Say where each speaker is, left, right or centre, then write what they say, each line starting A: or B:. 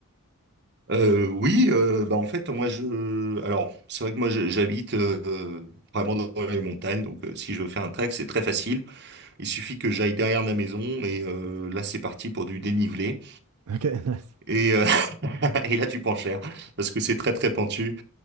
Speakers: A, on the right; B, on the right.
A: Euh, oui, euh, bah en fait moi je, alors c'est vrai que moi je- j'habite euh, vraiment dans les montagnes, donc euh, si je veux faire un trek c'est très facile. Il suffit que j'aille derrière ma maison et euh, là c'est parti pour du dénivelé
B: Ok, <laughs> nice.
A: et, euh, <laughs> et là tu prends cher parce que c'est très très pentu.